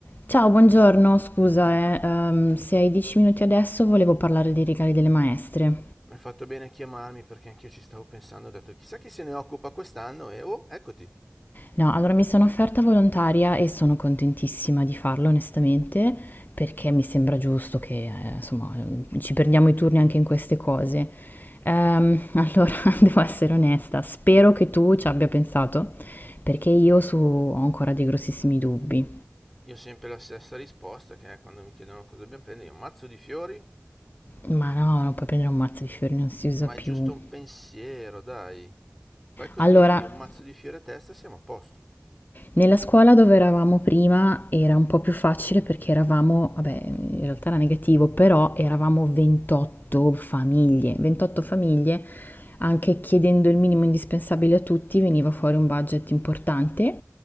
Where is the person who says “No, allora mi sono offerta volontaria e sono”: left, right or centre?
Left